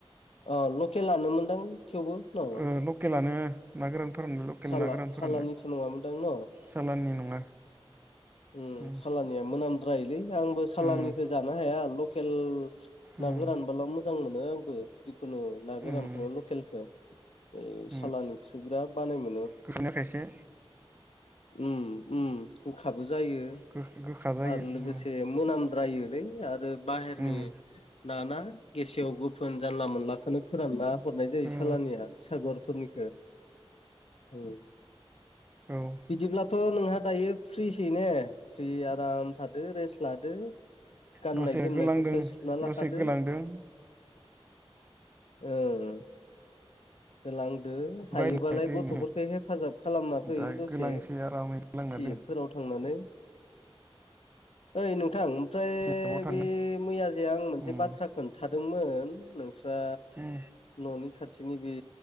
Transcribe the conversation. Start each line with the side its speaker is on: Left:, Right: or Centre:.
Left: अ लकेलानो मोनदां थेवबो न'?
Right: ओ लकेलानो ना गोरान फोराननाय लकेल
Left: साला
Right: ना गोरान फोराननाय
Left: सालानिथ' नङामोनदां न'
Right: सालाननि नङा।
Left: उ
Right: उम
Left: सालानिया मोनाम द्रायोलै, आंबो सालानिखौ
Right: उम
Left: जानो हाया लकेल ना
Right: उम
Left: गोरानबोला मोजां मोनो आंबो जिखुनु ना गोरानखौनो
Right: उम
Left: लकेलखौ बै
Right: उम
Left: सालानि खोसो बिराद बानाय मोनो
Right: गोखैना खायसे
Left: उम उम गोखाबो जायो
Right: गो गोखा जायो
Left: आरो लोगोसे
Right: उम
Left: मोनामद्रायोलै आरो बाहेरनि
Right: उम
Left: ना ना गेसेव-गोफोन जा नला-मोनलाखौनो फोरानना हरनाय जायो
Right: ओ
Left: सालानिया सागरफोरनिखो। उम
Right: औ
Left: बिदिब्लाथ' नोंहा दायो फ्रिसै ने? फ्रि आराम थादो रेस्ट लादो। गाननाय-जोमनायफोरखो
Right: दसे गोलांदों
Left: सुना लाखादो
Right: दसे गोलांदों
Left: ओं होलांदो हायोबालाय
Right: बायनाया दैनो
Left: गथ'फोरखौ हेफाजाब खालामना फै
Right: दा
Left: दसे।
Right: गोलांसै आरामै गोलांना
Left: सियेपफोराव
Right: दों
Left: थांनानै ओइ नोंथां! ओमफ्राय
Right: जेबाव थांगोन
Left: बे मैया जाया आं मोनसे
Right: उम
Left: बाथ्रा खोन्थादोंमोन नोंस्रा
Right: उम
Left: न'नि खाथिनि बे